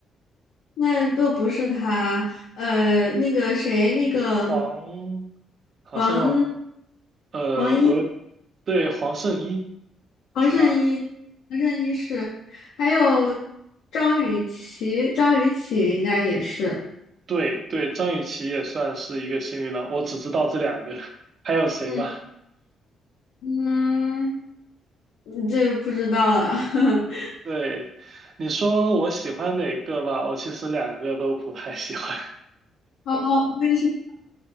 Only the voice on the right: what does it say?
<laughs> 黄好像
呃，
我又对黄圣依
是吧？
对对，张雨绮也算是一个新女郎，我只知道这两个，<laughs> 还有谁吗？
对，你说我喜欢哪个吧？我其实两个都不太喜欢。